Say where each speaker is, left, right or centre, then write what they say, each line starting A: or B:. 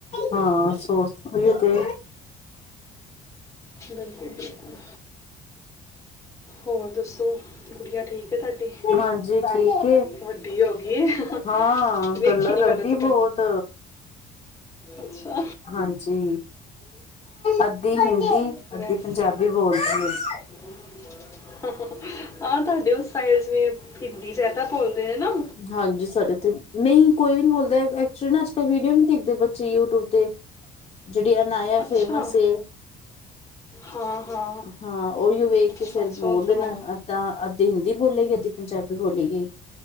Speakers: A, on the left; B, on the left.
A: ਹਾਂ ਸੋ ਤ ਉਹੀ ਤੇ
B: ਬਿਲਕੁਲ-ਬਿਲਕੁਲ ਹੋਰ ਦੱਸੋ। ਗੁੜੀਆ ਠੀਕ ਹੈ ਤੁਹਾਡੀ
A: ਹਾਂਜੀ-ਠੀਕ ਏ।
B: ਵੱਡੀ ਹੋ ਗਈ ਹੈ
A: ਹਾਂ
B: ਵੇਖੀ
A: ਗੱਲਾਂ
B: ਨਹੀਂ
A: ਕਰਦੀ
B: ਮੈਨੂੰ
A: ਬਹੁਤ
B: ਤੱਕ ਅੱਛਾ
A: ਹਾਂਜੀ ਅੱਧੀ ਹਿੰਦੀ ਅੱਧੀ
B: ਵੈਸੇ
A: ਪੰਜਾਬੀ ਬੋਲਦੀ ਏ।
B: <inaudible> ਹਾਂ ਤੁਹਾਡੇ ਉਸ ਸਾਈਡ ਜਿਵੇਂ ਹਿੰਦੀ ਜ਼ਿਆਦਾ ਬੋਲਦੇ ਨੇ ਨਾ।
A: ਹਾਂਜੀ ਸਾਡੇ ਤੇ ਨਹੀਂ ਕੋਈ ਨੀ ਬੋਲਦਾ ਐਕਚੁਲੀ ਨਾ ਅੱਜ ਕੱਲ ਵੀਡੀਓ ਨੀ ਦੇਖਦੇ ਬੱਚੇ ਯੂਟਿਊਬ ਤੇ ਜਿਹੜੀ ਅਨਾਇਆ
B: ਅੱਛਾ
A: ਫੇਮਸੲ ਏ
B: ਹਾਂ ਹਾਂ
A: ਹਾਂ ਉਹੀਓ ਵੇਖ
B: ਅੱਛਾ
A: ਕੇ ਫੇਰ
B: ਅੱਛਾ
A: ਬੋਲਦੇ
B: ਉਧਰੋਂ
A: ਨੇ ਤਾਂ ਅੱਧੀ ਹਿੰਦੀ ਬੋਲੇਗੀ ਅੱਧੀ ਪੰਜਾਬੀ ਬੋਲੇਗੀ।